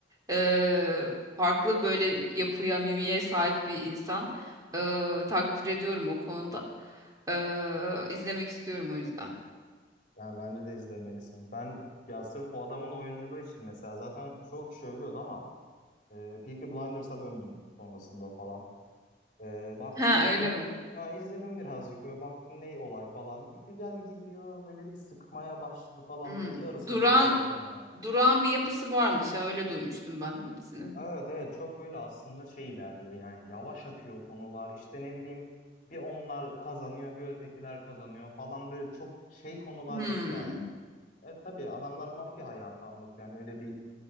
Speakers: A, on the right; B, on the left.
A: e, farklı böyle yapıya, mimiye sahip bir insan. E, takdir ediyorum o konuda. E, izlemek istiyorum o yüzden.
B: Yani bence de izlemelisin. Ben ya sırf o adamın oyunculuğu için mesela zaten çok kişi övüyordu ama e, Peaky Blinders'a döndüm sonrasında falan. E, baktım
A: Ha öyle
B: bir
A: mi?
B: ha izledim birazcık böyle baktım ne olay falan. Bir güzel gidiyor böyle bir sıkmaya başladı falan
A: Hmm.
B: beni yarısında
A: Duran
B: bıraktım ya.
A: duran bir yapısı varmış ya öyle duymuştum ben o dizinin.
B: Evet evet çok böyle aslında şey ilerliyor yani yavaş akıyor konular işte ne bileyim bir onlar kazanıyor bir ötekiler kazanıyor falan böyle çok şey konular
A: Hmm.
B: yok yani. E tabii adamlar mafya hayatı anlatıyor yani öyle bir